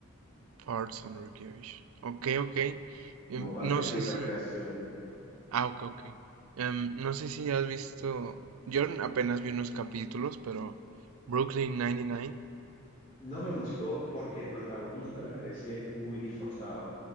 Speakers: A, on the right; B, on the left.
A: Parts and Recreation. Ok, ok. Em,
B: como parques
A: No sé
B: y recreación.
A: si... Ah, ok, ok. Em, no sé si has visto... Yo apenas vi unos capítulos, pero... Brooklyn 99.
B: No me gustó porque el protagonista me parece muy disforzado.